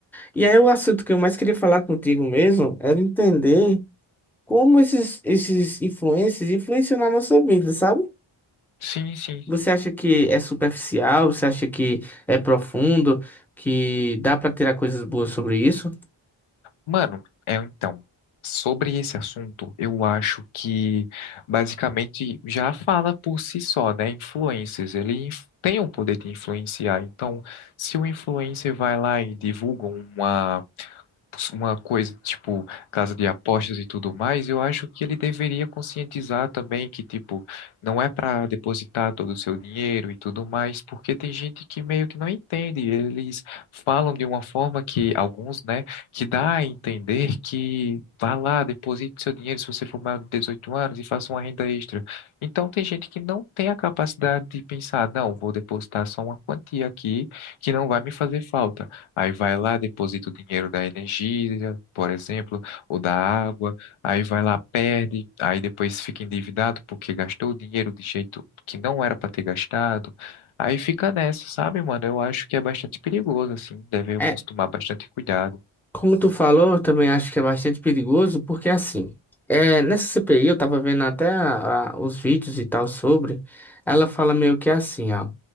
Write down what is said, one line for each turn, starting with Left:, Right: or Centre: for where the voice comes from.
Centre: E aí o assunto que eu mais queria falar contigo mesmo era entender como esses, esses influencers influenciam na nossa vida, sabe?
Left: Sim, sim,
Centre: Você acha que é superficial? Você acha que é profundo? Que dá para tirar coisas boas sobre isso?
Left: Mano, é então, sobre esse assunto, eu acho que basicamente já fala por si só, né? Influencers, ele inf- tem o poder de influenciar. Então, se o influencer vai lá e divulga uma uma coisa tipo casa de apostas e tudo mais, eu acho que ele deveria conscientizar também que tipo não é para depositar todo o seu dinheiro e tudo mais, porque tem gente que meio que não entende, eles falam de uma forma que alguns, né, que dá a entender que vá lá, deposite seu dinheiro se você for maior de 18 anos e faça uma renda extra. Então tem gente que não tem a capacidade de pensar, não, vou depositar só uma quantia aqui que não vai me fazer falta. Aí vai lá, deposita o dinheiro da energia, por exemplo, ou da água. Aí vai lá, perde. Aí depois fica endividado porque gastou o dinheiro de jeito que não era para ter gastado. Aí fica nessa, sabe, mano? Eu acho que é bastante perigoso, assim. Devemos
Centre: É,
Left: tomar bastante cuidado.
Centre: Como tu falou, eu também acho que é bastante perigoso, porque assim, é, nessa CPI, eu tava vendo até a- a- os vídeos e tal sobre, ela fala meio que assim, ó.